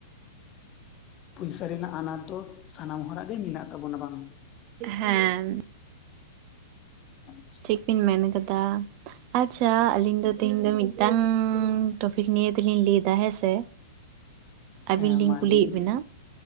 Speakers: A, on the left (about 30°); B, on the right (about 40°).
A: ᱯᱚᱭᱥᱟ ᱨᱮᱱᱟᱜ ᱟᱱᱟᱴ ᱫᱚ ᱥᱟᱱᱟᱢ ᱦᱚᱲ ᱟᱜ ᱜᱮ ᱢᱮᱱᱟᱜ ᱛᱟᱵᱚᱱᱟ ᱵᱟᱝ?
B: ᱦᱮᱸ᱾
A: ᱟᱪᱷᱟ᱾
B: ᱴᱷᱤᱠ ᱵᱤᱱ ᱢᱮᱱ ᱠᱟᱫᱟ᱾ ᱟᱪᱷᱟ ᱟᱞᱤᱧ ᱫᱚ ᱛᱮᱦᱤᱧ ᱫᱚ ᱢᱤᱫᱴᱟᱝ ᱴᱚᱯᱤᱠ ᱱᱤᱭᱮ ᱛᱮᱞᱤᱧ ᱞᱟᱹᱭ ᱦᱮᱸ ᱥᱮ᱾ ᱟᱹᱵᱤᱱ
A: ᱦᱮᱸ
B: ᱞᱤᱧ
A: ᱢᱟ
B: ᱠᱩᱞᱤᱭᱮᱫ
A: ᱞᱟᱹᱭ ᱵᱤᱱ
B: ᱵᱤᱱᱟ᱾